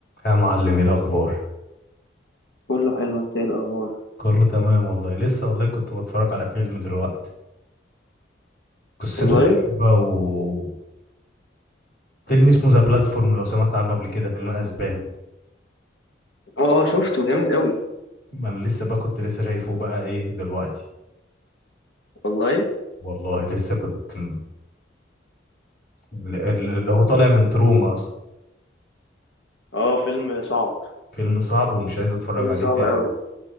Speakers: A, on the left (about 50°); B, on the left (about 70°).
A: يا معلم ايه الاخبار
B: كله حلو انت ايه الاخبار
A: كله تمام والله لسه والله كنت بتفرج على فيلم دلوقتي قصته
B: والله
A: غريبة و فيلم اسمه ذا بلاتفورم لو سمعت عنه قبل كده فيلم اسباني
B: اه شفته جامد قوي
A: ما انا لسه بقى كنت لسه شايفه بقى ايه دلوقتي
B: والله
A: والله لسه كنت م- ال- ال- اللي هو طالع من تروما اصلا
B: اه فيلم صعب
A: فيلم صعب ومش عايز اتفرج
B: فيلم
A: عليه
B: صعب
A: تاني
B: قوي